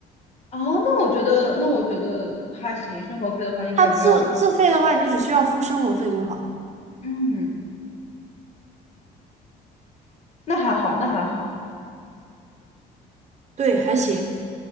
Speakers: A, on the left; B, on the right.
A: 啊，那我觉得那我觉得还行，生活费的话应该也不用有特别
B: 他自自费的话，你只需要付生活费就好了。
A: 嗯，那还好，那还好。
B: 对，还行。